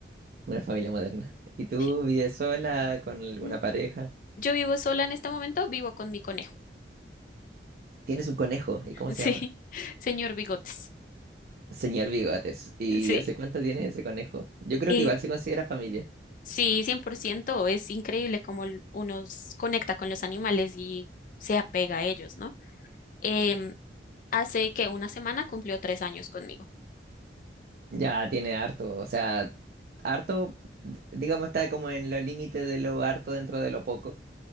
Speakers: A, on the right (about 55°); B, on the left (about 45°).
A: una familia moderna. ¿Y tú
B: <laughs>
A: vives sola con alguna
B: Mm,
A: pareja?
B: Yo vivo sola en este momento, vivo con mi conejo.
A: Tienes un conejo, ¿y cómo
B: <laughs>
A: se
B: Sí,
A: llama?
B: señor Bigotes.
A: Señor Bigotes. ¿Y
B: Sí.
A: hace cuánto tienes ese conejo? Yo creo
B: Y
A: que igual se considera familia.
B: sí, 100% es increíble cómo l- uno s- conecta con los animales y se apega a ellos, ¿no? Em, hace que una semana cumplió tres años conmigo.
A: Ya tiene harto, o sea, harto, d- digamos, está como en los límites de lo harto dentro de lo poco.